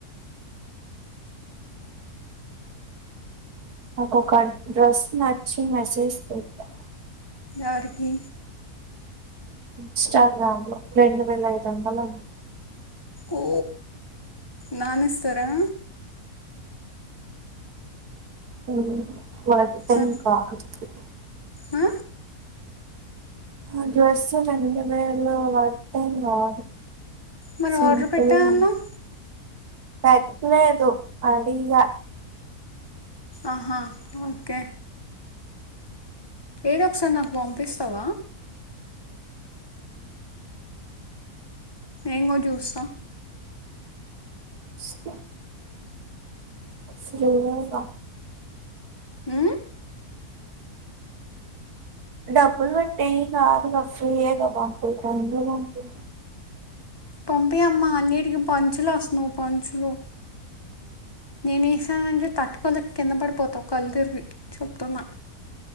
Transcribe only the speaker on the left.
ఏడికీ
ఓ నానేస్తారా
ఆ?
ఆ
మరి
ఆర్డర్ పెట్టా అన్నావు
ఆహా ఓకే ఏద ఒకసారి నాకు పంపిస్తావా? ఎంగో చూస్తా
అ
పంపి అమ్మ అన్నిటికి పంచులు వస్తున్నావు పంచులు నేనే ఏసానంటే తట్టుకోల కింద పడిపోతావు కళ్ళ తిరిగి చెప్తున్నా